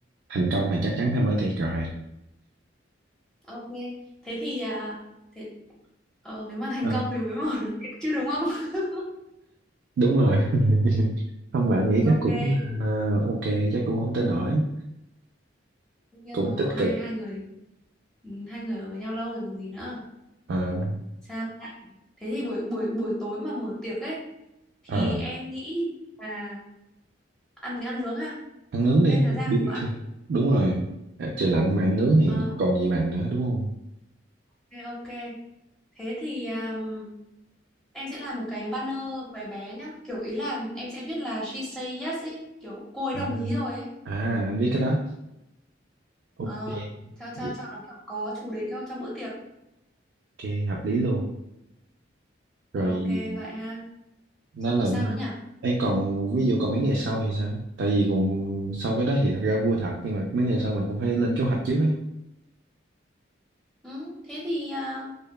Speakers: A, on the right (about 60°); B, in the centre.
A: thành công thì chắc chắn phải mới thiệt rồi
B: Ok. Thế thì à, thế ờ, nếu mà thành
A: à,
B: công thì mới <laughs> mở được tiệc chứ đúng không? <laughs>
A: đúng rồi <laughs> không mà anh nghĩ
B: Thế ok,
A: chắc cũng
B: thế
A: ờ, ok chắc cũng không tới nổi
B: đương nhiên
A: cũng
B: rồi
A: tích
B: bọn hai
A: cực
B: hai người ừ, hai người ở với nhau lâu rồi còn gì nữa.
A: Ờ,
B: Sao? ta? Thế thì buổi buổi buổi tối mà mở tiệc ấy thì
A: ờ.
B: em nghĩ là ăn mình ăn nướng ha.
A: ăn nướng đi
B: Lên Hà Giang
A: BBQ
B: thì có ăn.
A: đúng rồi À, trời lạnh mà ăn nướng thì
B: Ờ
A: còn gì bằng nữa đúng không
B: ok ok. Thế thì um, em sẽ làm một cái banner bé bé nhá. Kiểu ý là em sẽ viết là she say yes ấy. Kiểu cô ấy
A: à,
B: đồng ý rồi ấy.
A: à anh biết cái đó ok
B: Ờ, cho, cho,
A: Vậy-
B: cho nó kiểu có chủ đề cho, cho bữa tiệc.
A: ok hợp lý luôn rồi
B: Ok, vậy ha.
A: nó
B: Xong
A: là
B: rồi sao nữa nhỉ?
A: ấy còn ví dụ còn mấy ngày sau thì sao tại vì cùng sau cái đó thì thật ra vui thật nhưng mà mấy ngày sau mình cũng phải lên kế hoạch trước đấy
B: Ừ, thế thì um,